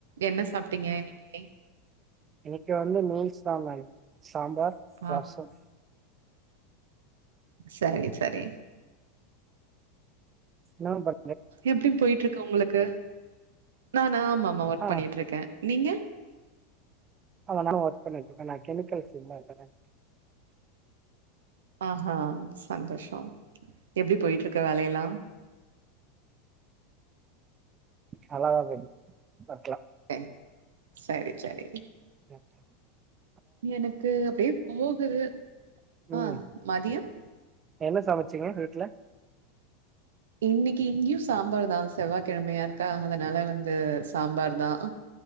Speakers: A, on the right; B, on the right.
A: என்ன சாப்ட்டீங்க இன்னக்கி
B: இன்னக்கி வந்து மீல் சாலான் சாம்பார்
A: ஆ
B: ரசம்
A: சரி சரி
B: நம்பர்
A: எப்டி போயிட்ருக்கு உங்களுக்கு நானா ஆமாமா ஒர்க்
B: ஆ
A: பண்ணிட்ருக்கே நீங்க
B: அதனால ஒர்க் பண்ணிட்ருக்கே நா கெமிக்கல்ஸ் உள்ள இருக்கேங்க
A: ஆஹா சந்தோஷோ எப்டி போயிட்ருக்கு வேலையெல்லா
B: நல்லாதா போது ஒர்க்லா
A: எ சரி செரி
B: ம்
A: எனக்கு அப்டியே போகுது
B: ம்
A: ஆ மதியம்
B: என்ன சமச்சிங்க வீட்ல
A: இன்னிக்கி இங்கயு சாம்பார்தா செவ்வாக்கிழமையா இருக்கா அதனால வந்து சாம்பார்தா